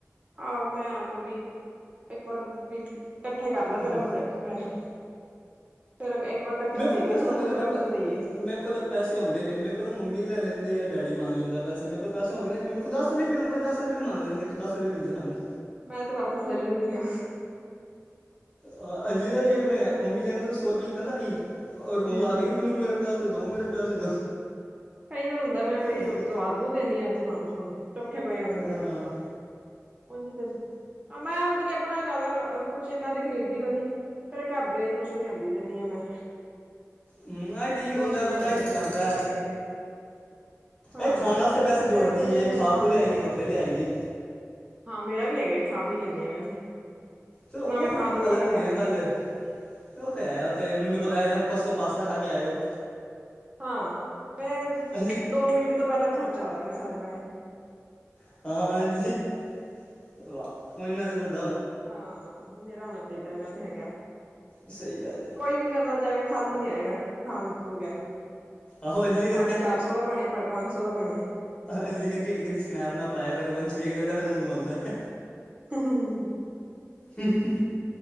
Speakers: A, on the right; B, on the left.
A: ਆਹੋ ਮੈਂ ਆਪ ਵੀ, ਇੱਕ ਵਾਰ ਵੀ ਕੱਠੇ ਕਰ ਲਾ ਜਰਾ,
B: ਹੂੰ
A: ਥੋੜੇ ਪੈਹੈ ਫੇਰ ਇੱਕ ਵਾਰ ਇਕੱਠਾ
B: ਮੇ
A: ਦੇ
B: ਕੋਲ ਪੈਸੇ
A: ਕੇ ਥੋੜਾ
B: ਹੁੰਦੇ
A: ਪੰਦਰਾਂ
B: ਨੇ, ਮੇਰੇ
A: ਕੁ
B: ਕੋਲ
A: ਤੇ ਦੇਈਏ
B: ਮੇਰੇ ਕੋਲ। ਪੈਸੇ ਹੁਣਦੇ ਨੇ ਮੇਰੇ ਕੋਲ ਨਾ ਮੰਮੀ ਵੀ ਲੈ ਲੈੈਂਦੀ, ਏ ਜਾਂ ਡੈਡੀ ਮੰਗ ਲੈਂਦਾ ਪੈੇਸੇ, ਮੇ ਕੋਲ ਪੈਸ ਹੋਣਗੇ ਨਾ ਜਿਵੀ ਮੇ ਕੋਲ ਦੱਸ ਦੁਪਏ ਹੋਣ ਗੇ ਨਾ ਦਸ ਰੁਪ ਵੀ ਮੰਗ ਲੈਣਗੇ। ਤੂੰ ਦਸ ਰੁਪਏ ਵੀ ਦੇ ਸਾਨੂੰ।
A: ਮੈਂ ਤੇ ਵਾਪਸ ਲੈ ਲੈਣੀ ਆ।
B: ਅਹ ਅੰਜਲੀ ਦਾ ਵੀ ਹੈ ਮੈਂ ਮੰਮੀ ਜ ਸੌ ਰੁਪਏ ਲਿੱਤਾ ਤੁਹਾ ਰੋ
A: ਹਮ
B: ਲੱਗ ਜਾਗੀ ਮੈਨੂੰ ਮੇਰੇ ਪਿਆ ਤੇ ਦੋ ਮੇਰੇ ਪੈਸੇ।
A: ਕਈ ਵਾਰ ਹੁੰਦਾ ਮੈਂ ਕੋਈ
B: ਔਰ
A: ਦਵਾ ਦਵੁ ਦੇਣੀ ਐ ਸਮਾਨ- ਸਮਾਨ ਚੌਖੇ ਪਏ ਹੋਣ ਮੇਰੇ
B: ਹਾਂ
A: ਕੋਲ। ਉਝ ਬੇ। ਮੈਂ ਮਤਲਬ ਕਿ ਆਪਣਾ ਜ਼ਿਆਦਾ ਕੁਛ ਇਨਾਂ ਤੇ ਖਰੀਦਦੀ ਕੋਇਨੀ। ਫੇਰ ਘਰਦਿਆਂ ਹੀ ਕੁੱਛ ਲਿਆਂਦੀ ਰਹਿੰਨੀ ਆਂ ਮੈਂ।
B: ਹਮ ਆ
A: ਕਦੀ
B: ਠੀਕ
A: ਕੁਛ
B: ਹੁੰਦਾ।
A: ਲਿਆਂਦੇ
B: ਬੰਦਾ ਈ ਤੇ
A: ਕਦੀ
B: ਕਰਦੈ।
A: ਗੁੱਡੇ ਗਾਡੇ ਹਾਂ
B: ਇਹ ਖਾਣ ਆਸਤੇ ਪੈਸੇ
A: ਡੈਕੋਰੇਸ਼ਨ
B: ਜੋੜਦੀ ਏ
A: ਦਾ ਸਮਾਨ
B: ਖਾਹ- ਖੁਹ ਲਏਗੀ,
A: ਲਿਆਂਦਾ
B: ਕਪੜੇ ਲਿਆਏਗੀ।
A: ਹਾਂ ਮੇਰਾ ਵੀ ਹੈਗਾ। ਖਾ ਪੀ ਲੈਂਨੀ ਆਾਂ ਵੈਸੇ
B: ਸੋ ਉਹ,
A: ਨਾ ਮੈਂ ਖਾਣ ਨੂੰ
B: ਅਲੱਗ
A: ਮਨਾ
B: ਹੋ
A: ਕਰਨੀ
B: ਗਈ ਨਾ ਗਲ।
A: ਆ
B: ਉਹ ਤੇ ਹੈ। ਓਹ ਤੇ ਮੈਨੂੰ ਪਤਾ ਹੈ ਹੁਣ ਪਰਸੋਂ ਪਾਸਤਾ ਖਾ ਕੇ ਆਇਓ।
A: ਹਾਂ ਮੈਂ
B: ਅੰਜਲੀ
A: ਦੋ ਮਿੰਟ ਤੋਂ ਪਹਿਲਾਂ ਖਰਚਾ ਦਾਂਗੀ ਸਾਰੇ ਪੈਹੈ।
B: ਹਾਂ ਅ <unintelligible>
A: ਹਾਂ ਮੇਰਾ ਹੋਣਾ ਚਾਈਦਾ ਮੈਂ ਤੇ ਹੈਗਾ।
B: ਸਹੀ ਗੱਲ ਹੈ
A: ਕੋਈ ਵੀ ਮੇਰੇ ਨਾਲ ਜਾਇਗਾ ਖਾਲ ਨਹੀਂ ਆਏਗਾ ਖਾਣ ਤੋਂ ਬਗੈਰ।
B: ਆਹੋ ਅੰਜਲੀ ਮੈਨੂੰ
A: ਭਾਵੇਂ ਚਾਰ ਸੌ ਦਾ ਬਣੇ, ਭਾਵੇਂ ਪੰਜ ਸੌ ਦਾ ਬਣੇ।
B: ਅਜਲੀ ਕੇਂਦੀ ਸੀ ਕੇਂਦੀ ਸਨੈਪ ਨਾ ਪਾਇਆ ਕਰ। ਵੰਸ਼ ਵੇਖ ਲੈਂਦਾ ਫੇਰ ਮੂੰਹ ਬਨਦਾ ਹ
A: <unintelligible>
B: ਹੂੰ ਹੂੰ।